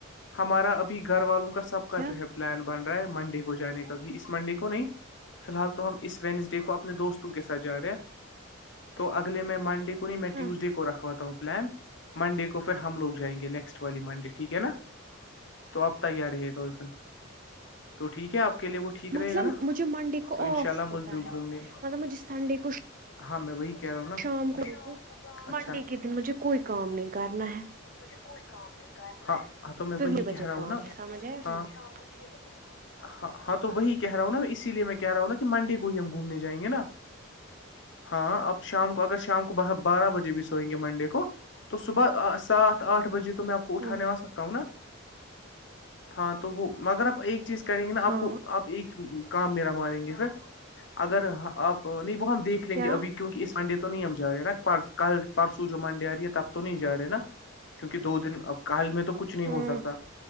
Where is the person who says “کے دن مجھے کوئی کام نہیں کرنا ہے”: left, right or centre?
Right